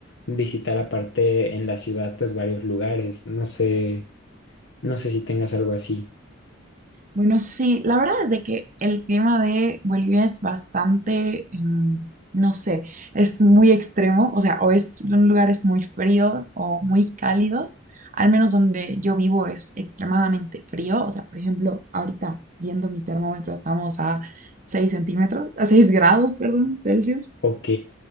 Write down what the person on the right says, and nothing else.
Bueno, sí, la verdad es de que el clima de Bolivia es bastante, em, no sé, es muy extremo, o sea, o es en lugares muy fríos o muy cálidos, al menos donde yo vivo es extremadamente frío, o sea, por ejemplo, ahorita viendo mi termómetro estamos a 6 centímetros, a 6 grados, perdón, Celsius,